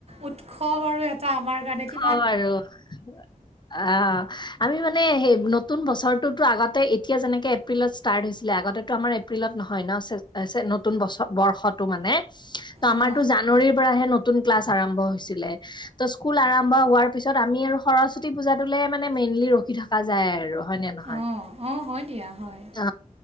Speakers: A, on the right (about 45°); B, on the left (about 30°).
A: উৎসৱ আৰু এটা আমাৰ কাৰণে কি।
B: অ আৰু অ আমি মা। মানে সেই নতুন বছৰটো আগতে এতিয়া যেনেকে এপ্ৰিলত ষ্টাৰ্ট হৈছিলে আগতেটো আমাৰ এপ্ৰিলত নহয় ন। নতুন বছৰ নতুন বৰ্ষটো মানে আমাৰটো
A: অঁ
B: জানুৱাৰী পৰাহে। নতুন ক্লাছ আৰম্ভ হৈছিলে ত স্কুল আৰম্ভ হোৱাৰ পিছত আমি আৰু সৰস্বতী পূজা তোলে মানে। ৰখি থাকা যায় আৰু হয় নে নহয়।
A: অঁ অঁ হয় দিয়া হয়
B: অ